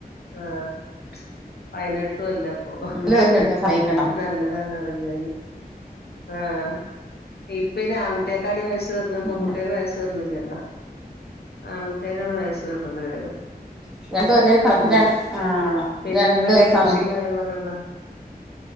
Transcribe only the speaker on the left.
ആഹ് പതിനെട്ടും അല്ലപ്പൊ
നല്ലതാണ് അറിഞ്ഞാല് - ആഹ് ഇപ്പൊയിനി ആൺകുട്ടിയക്കാട്ടിവെഷ വയസ് ഏറ്ണത് പെൺകുട്ടിയെക്ക്
വയസേറിന്നില്ലല്ലോ ആൺകുട്ടിയക്കാണ് വയസ് ഏറണത് വേഗം-
മ്
പിന്നെന്തൊക്കെയ
കൃഷിയും കാര്യങ്ങളൊക്കെ ഒണ്ടോ?